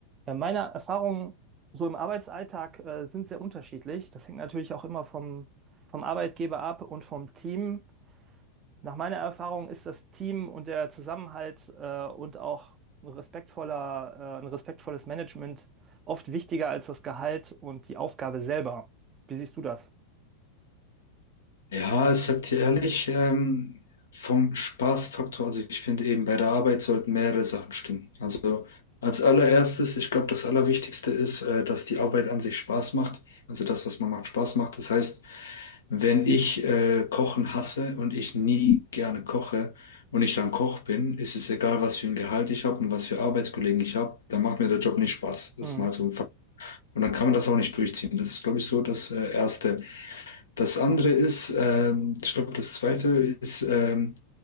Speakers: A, on the right; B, on the left.
A: Äh, Meine Erfahrungen so im Arbeitsalltag äh, sind sehr unterschiedlich. Das hängt natürlich auch immer vom, vom Arbeitgeber ab und vom Team. Nach meiner Erfahrung ist das Team und der Zusammenhalt äh, und auch ein respektvoller, äh, ein respektvolles Management oft wichtiger als das Gehalt und die Aufgabe selber. Wie siehst du das?
B: Ja, ich sag dir ehrlich, ähm, vom Spaßfaktor, also ich finde eben bei der Arbeit sollten mehrere Sachen stimmen. Also als allererstes, ich glaube, das Allerwichtigste ist, äh, dass die Arbeit an sich Spaß macht. Also das, was man macht, Spaß macht. Das heißt, wenn ich äh, Kochen hasse und ich nie gerne koche und ich dann Koch bin, ist es egal, was für ein Gehalt ich habe und was für Arbeitskollegen ich habe, dann macht mir der Job nicht Spaß. Das
A: Mhm.
B: ist mal so ein Fakt. Und dann kann man das auch nicht durchziehen. Das ist, glaube ich, so das äh, Erste. Das andere ist, ähm, ich glaube, das zweite ist, ähm,